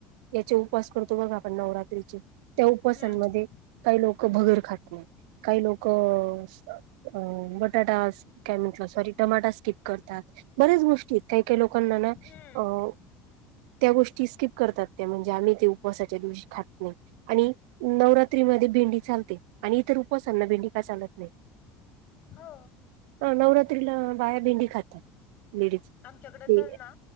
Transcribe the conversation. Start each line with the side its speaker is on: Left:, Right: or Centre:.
Right: याचे उपवास करतो बघा आपण नवरात्रीचे, त्या उपवासान
Left: हं.
Right: मध्ये काही लोकं भगर खात नाहीत काही लोकं अ बटाटाज्, काय म्हटला सॉरी टमाटा स्किप करतात, बऱ्याच गोष्टी आहेत, काही काही लोकांना ना,
Left: हं.
Right: अऽ त्या गोष्टी स्किप करतात, त्या म्हणजे आम्ही ते उपावासाच्या दिवशी खात नाही. आणि नवरात्री मध्ये भेंडी चालते, आणि इतर उपवासांना भेंडी का चालत नाही.
Left: हो
Right: अऽ नवरात्रीला बाया भेंडी खातात. लेडीज
Left: आमच्याकडे
Right: ते
Left: तर ना